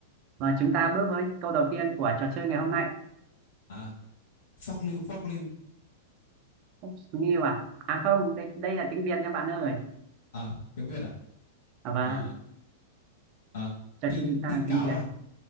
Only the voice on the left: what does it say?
À, phóc lưu, phóc lưu.
À, tiếng Việt à?
À, à
tin,
tin
cáo
à?